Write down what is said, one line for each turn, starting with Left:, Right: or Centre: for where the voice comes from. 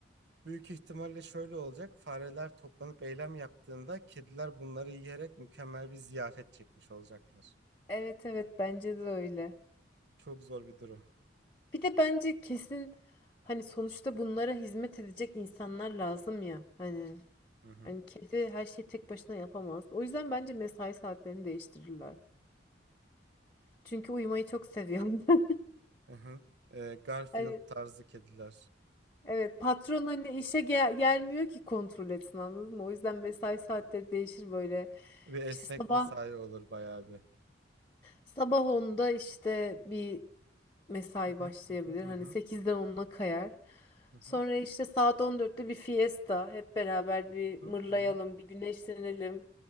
Right: büyük ihtimalle şöyle olacak. Fareler toplanıp eylem yaptığında kediler bunları yiyerek mükemmel bir ziyafet çekmiş olacaklar.
Left: Evet evet bence de öyle.
Right: Çok zor bir durum.
Left: Bir de bence kesin hani sonuçta bunlara hizmet edecek insanlar lazım ya. Hani
Right: Hı hı.
Left: hani kedi her şeyi tek başına yapamaz. O yüzden bence mesai saatlerini değiştirirler. Çünkü uyumayı çok seviyorum. <laughs>
Right: Hı hı. Ee, Garfield
Left: Hani
Right: tarzı kediler.
Left: evet patron hani işe gel- gelmiyor ki kontrol etsin anladın mı? O yüzden mesai saatleri değişir böyle.
Right: Bir esnek
Left: İşte sabah
Right: mesai olur bayağı bir.
Left: Sabah onda işte bir mesai
Right: Hı hı.
Left: başlayabilir.
Right: Hı hı.
Left: Hani sekizden 10'a kayar.
Right: Hı hı.
Left: Sonra işte saat on dörtte bir fiesta. Hep beraber bir
Right: Hı
Left: mırlayalım,
Right: hı.
Left: bir güneşlenelim.